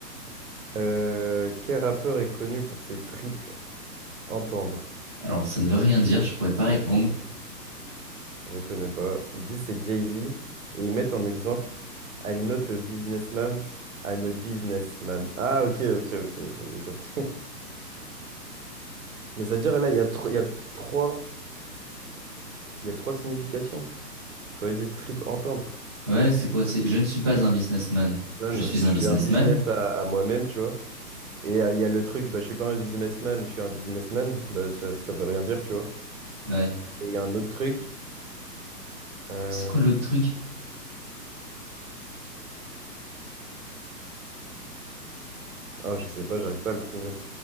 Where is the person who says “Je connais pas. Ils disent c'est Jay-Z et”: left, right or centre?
Right